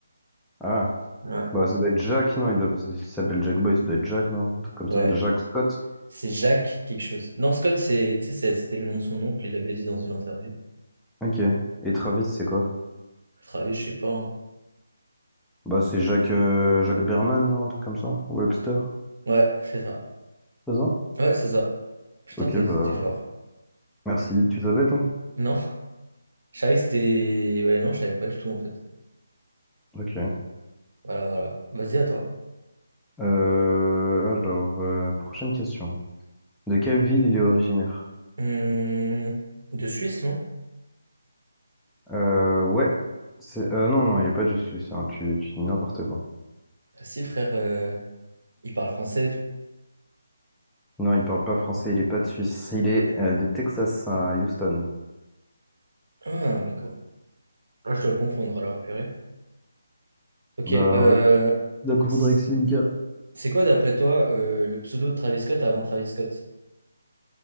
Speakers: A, in the centre; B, on the right.
A: Ah,
B: Ouais.
A: bah ça doit être Jack, non? Il doit pas s'il s'appelle Jack Boys, ça doit être Jack, non? Un truc comme ça.
B: Ouais.
A: Jack Scott?
B: C'est Jacques quelque chose. Non, Scott, c'est... tu sais, c'est- c'était le nom de son oncle, il l'avait dit dans une interview.
A: Ok. Et Travis, c'est quoi?
B: Travis, je sais pas. hein.
A: Bah c'est Jack, euh, Jack Berman, non? Un truc comme ça? Webster?
B: Ouais, c'est ça.
A: C'est ça?
B: Ouais, c'est ça. Putain,
A: Ok,
B: t'es
A: bah
B: t'es fort.
A: merci. Tu savais, toi?
B: Non, je savais que c'était... Ouais, non, je savais pas du tout en fait.
A: Ok.
B: Voilà, voilà. Vas-y, à toi.
A: Euh, alors, euh, prochaine question. De quelle ville il est originaire?
B: Hum, De Suisse, non?
A: Euh, ouais. C'est, euh, non, non, il n'est pas de Suisse. hein, Tu, tu dis n'importe quoi.
B: Bah si, frère, euh, il parle français.
A: Non, il parle pas français, il est pas de Suisse. Il est euh, de Texas à Houston.
B: Ah, mais quoi? Ah, je dois confondre alors, purée. Ok,
A: Bah
B: euh,
A: ouais, Donc,
B: c-
A: faudrait que Slimka.
B: c'est quoi d'après toi euh, le pseudo de Travis Scott avant Travis Scott? <laughs>